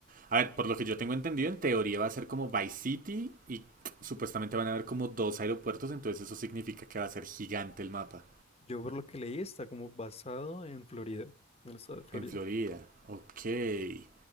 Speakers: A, on the right; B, on the left.
A: A ver, por lo que yo tengo entendido, en teoría va a ser como Vice City y supuestamente van a haber como dos aeropuertos, entonces eso significa que va a ser gigante el mapa.
B: Yo por lo que leí está como basado en Florida, en el estado de Florida.
A: En Florida. Ok.